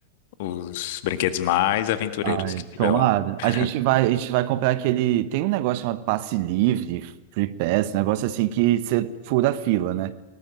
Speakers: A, on the left; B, on the right.
A: os brinquedos mais aventureiros
B: Ai,
A: que tiver
B: tomada.
A: lá. <laughs>
B: A gente vai, a gente vai comprar aquele. Tem um negócio chamado passe livre, free pass, um negócio assim que você fura a fila, né?